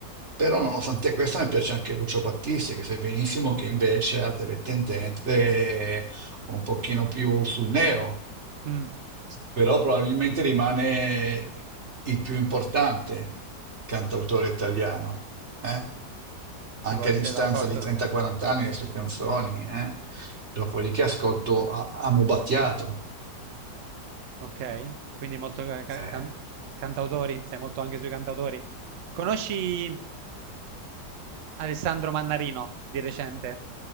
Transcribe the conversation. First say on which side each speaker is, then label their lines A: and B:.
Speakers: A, on the right (about 45°); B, on the right (about 65°).
A: però nonostante questo mi piace anche Lucio Battisti, che sai benissimo che invece ha delle tendenze un pochino più sul nero,
B: mm,
A: però probabilmente rimane il più importante cantautore italiano, eh?
B: si
A: Anche
B: può essere
A: a distanza
B: d'accordo.
A: di 30-40 anni le sue canzoni, eh? Dopodiché ascolto A- Amo Battiato,
B: Ok, quindi molto ca- ca-
A: eh,
B: can- cantautori, sei molto anche sui cantautori. Conosci Alessandro Mannarino di recente?